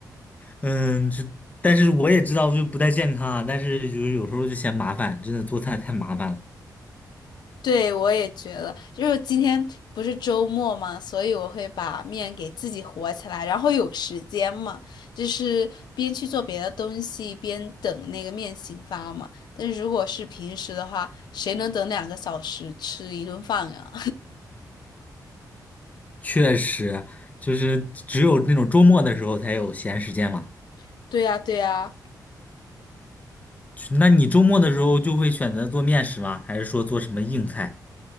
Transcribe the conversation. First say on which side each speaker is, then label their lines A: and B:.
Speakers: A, on the left; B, on the left.
A: 嗯，这但是我也知道就不太健康啊，但是就是有时候就嫌麻烦，真的做菜太麻烦了。
B: 对，我也觉得，就是今天不是周末嘛，所以我会把面给自己和起来，然后有时间嘛，就是边去做别的东西，边等那个面醒发嘛。但是如果是平时的话，谁能等两个小时吃一顿饭呀？
A: 确实，就是只有那种周末的时候才有闲时间嘛。
B: <laughs> 对呀，对呀，
A: 那你周末的时候就会选择做面食吗？还是说做什么硬菜？